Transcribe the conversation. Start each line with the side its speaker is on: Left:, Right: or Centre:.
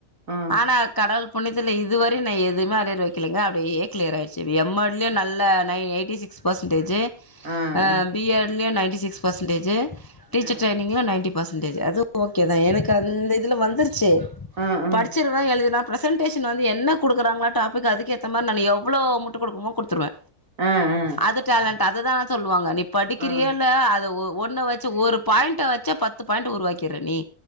Right: ஆ
Left: ஆனா கடவ்ள் புண்ணியத்துல இதுவரயு நா எதுமே அரியர் வெக்கலீங்க அப்டியே கிளியர் ஆய்ர்ச்சி வி எம் எட் லியு நல்ல நை எய்ட் டி சிக்ஸ் பர்சன்டேஜு
Right: ஆ
Left: அ
Right: ஆ
Left: பி எட் லியு நைன்ட்டி சிக்ஸ் பர்சன்டேஜு டீச்சர்
Right: ம்
Left: ட்ரைனிங்ல நைன்ட்டி பர்சன்டேஜு அதுவு ஓகே தா எனக்கு அந்த இதுல வந்துருச்சி
Right: ஆ ஆ
Left: படிச்சு ட்ருவ எழுதிர்லா ப்ரசன்டேஷன் வந்து என்ன குடுக்கறாங்ளோ டாப்பிக் அதுக்கேத்த மார் நானு எவ்ளோ முட்டு குடுக்குமோ குடுத்துருவே
Right: ஆ அ
Left: அது டேலண்ட் அதுதா சொல்வாங்க நீ படிக்கிறியோ
Right: ஆ ஆ ஆ ஆ
Left: இல்ல அத ஒ ஒன்ன வச்சு ஒரு பாய்ண்ட்ட வச்சே பத்து பாய்ண்ட்ட உருவாக்கீர்ற நீ